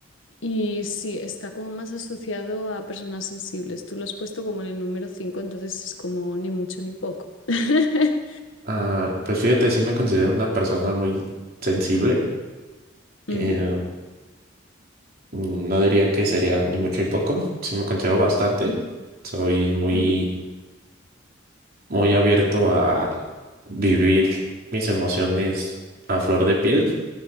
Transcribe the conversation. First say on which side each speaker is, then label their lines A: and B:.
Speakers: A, on the left; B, on the right.
A: Y sí, está como más asociado a personas sensibles. Tú lo has puesto como en el número 5 entonces es como ni mucho ni poco. <laughs>
B: Ah, pues fíjate, sí me considero una persona muy sensible.
A: Ujú,
B: Eh, no diría que sería ni mucho ni poco, sí me considero bastante. Soy muy,
A: ujú,
B: muy abierto a vivir mis emociones a flor de piel